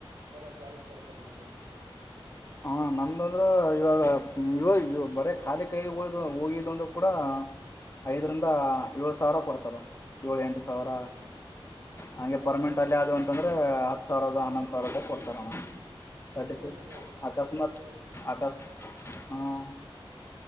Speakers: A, on the right (about 80°); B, on the left (about 30°).
A: ಚಲೋ ಸ್ಯಾಲ್ರಿ ಕೊಡ್ತಾರ ನಿಮ್ಗ
B: ಹ ನಮ್ದ ಅಂದ್ರ ಇವಾಗ ಇವ ಬರೇ ಖಾಲಿ ಕೈ ಗೋಳಿಗ ಹೋಗಿದುವ ಅಂದ್ರ ಕೂಡ.
A: ಹ್ಮ್
B: ಐದರಿಂದ ಏಳ ಸಾವಿರ ಕೊಡ್ತಾರ. ಏಳ ಎಂಟು ಸಾವಿರ
A: ಹ್ಮ್ ಹ್ಮ್
B: ಹಂಗೆ
A: ನಮ್
B: ಪರ್ಮನೆಂಟ್ ಅಲ್ಲೇ ಆದ್ವಿ ಅಂತಂದ್ರ ಹತ್ ಸಾವಿರದ ಹನ್ನೊಂದ್ ಸಾವಿರ ಕೊಡ್ತಾರಣ ಸರ್ಟಿಫಿಕೇಟ್.
A: ನಮಗೆಲ್ಲಿ ಕೊಡ
B: ಆಕಸ್ಮಾತ್
A: ನಮಗ
B: ಆಕಾಸ್ ಹ್ಮ್